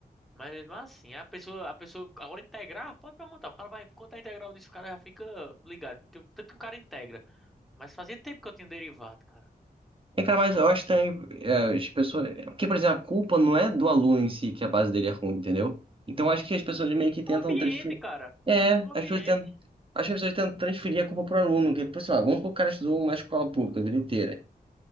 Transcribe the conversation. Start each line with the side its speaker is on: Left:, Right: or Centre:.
Centre: mas mesmo assim, a pessoa, a pessoa agora integrar, pode perguntar, o cara vai contar a integral disso, o cara já fica ligado. Tem- Tanto que o cara integra, mas fazia tempo que eu tinha derivado, cara.
Right: É, cara, mas eu acho também é, as pessoas. Porque, por exemplo, a culpa não é do aluno em si que a base dele é ruim, entendeu? Então eu acho que as pessoas meio que tentam
Centre: Um ambiente,
Right: transferir.
Centre: cara.
Right: É,
Centre: Um ambiente.
Right: as pessoas tentam. Acho que as pessoas tentam transferir a culpa pro aluno, que, por sei lá, vamos supor que o cara estudou uma escola pública a vida inteira.